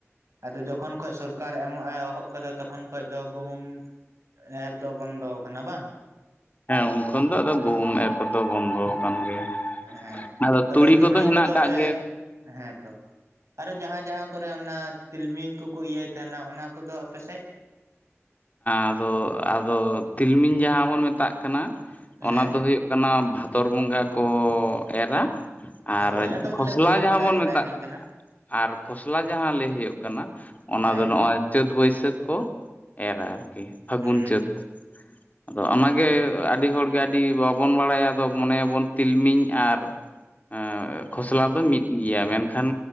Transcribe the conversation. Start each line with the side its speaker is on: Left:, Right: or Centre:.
Right: ᱟᱫᱚ ᱡᱚᱠᱷᱚᱱ ᱠᱷᱚᱡ ᱥᱚᱨᱠᱟᱨ ᱮᱢᱚᱜ ᱮ ᱮᱦᱚᱵ ᱠᱟᱫᱟ ᱛᱚᱠᱷᱚᱱ ᱠᱷᱚᱱ ᱫᱚ ᱜᱩᱦᱩᱢ ᱮᱨ ᱫᱚ ᱵᱚᱱᱫᱚ ᱠᱟᱱᱟ ᱵᱟᱝ᱾
Left: ᱦᱮᱸ ᱩᱱᱠᱷᱚᱱ ᱫᱚ ᱟᱫᱚ ᱜᱩᱦᱩᱢ ᱮᱨ ᱠᱚᱫᱚ ᱵᱚᱱᱫᱚ ᱟᱠᱟᱱ ᱜᱮᱭᱟ᱾
Right: ᱦᱮᱸ
Left: ᱟᱫᱚ
Right: ᱛᱚᱵᱮ ᱛᱩᱲᱤ
Left: ᱦᱮᱱᱟᱜ
Right: ᱠᱚᱫᱚ
Left: ᱟᱠᱟᱫ
Right: ᱯᱮ
Left: ᱜᱮ
Right: ᱦᱮᱸᱛᱚ ᱟᱨᱚ ᱡᱟᱸᱦᱟᱸ ᱡᱟᱸᱦᱟᱸ ᱠᱚᱨᱮ ᱚᱱᱟ ᱛᱤᱞᱢᱤᱧ ᱠᱚᱠᱚ ᱤᱭᱟᱹᱭ ᱛᱟᱦᱮᱱᱟ ᱚᱱᱟ ᱠᱚᱫᱚ ᱟᱯᱮᱥᱮᱫ
Left: ᱟᱫᱚ, ᱟᱫᱚ ᱛᱤᱞᱢᱤᱧ ᱡᱟᱦᱟᱸ ᱵᱚᱱ ᱢᱮᱛᱟᱜ ᱠᱟᱱᱟ ᱚᱱᱟ
Right: ᱦᱮᱸ
Left: ᱫᱚ ᱦᱩᱭᱩᱜ ᱦᱩᱭᱩᱜ ᱠᱟᱱᱟ ᱵᱷᱟᱫᱚᱨ ᱵᱚᱸᱜᱟ ᱠᱚ ᱮᱨᱟ᱾ ᱟᱨ
Right: ᱦᱳᱭ ᱟᱫᱚ
Left: ᱠᱷᱚᱥᱞᱟ
Right: ᱵᱚᱞᱮ ᱠᱩᱞᱤ
Left: ᱡᱟᱦᱟᱸ
Right: ᱵᱟᱰᱟᱭ
Left: ᱵᱚᱱ
Right: ᱥᱟᱱᱟᱭᱤᱫᱤᱧ
Left: ᱢᱮᱛᱟᱜ
Right: ᱠᱟᱱᱟ
Left: ᱟᱨ ᱠᱷᱚᱥᱞᱟ ᱡᱟᱦᱟᱸ ᱞᱟᱹᱭ ᱦᱩᱭᱩᱜ ᱠᱟᱱᱟ ᱚᱱᱟ
Right: ᱦᱮᱸ
Left: ᱫᱚ ᱱᱚᱜᱼᱚᱭ ᱪᱟᱹᱛ ᱵᱟᱹᱭᱥᱟᱹᱠᱷ ᱠᱚ ᱮᱨᱟ ᱟᱨᱠᱤ ᱯᱷᱟᱹᱜᱩᱱ
Right: ᱦᱩᱸ
Left: ᱪᱟᱹᱛ᱾ ᱟᱫᱚ ᱚᱱᱟᱜᱮ ᱟᱹᱰᱤ ᱦᱚᱲᱜᱮ ᱟᱹᱰᱤ ᱵᱟᱵᱚᱱ ᱵᱟᱲᱟᱭᱟ ᱟᱫᱚ ᱢᱚᱱᱮᱭᱟᱵᱚᱱ ᱛᱤᱞᱢᱤᱧ ᱟᱨ ᱮᱜ ᱠᱷᱚᱥᱞᱟ ᱫᱚ ᱢᱤᱫ ᱜᱮᱭᱟ, ᱢᱮᱱᱠᱷᱟᱱ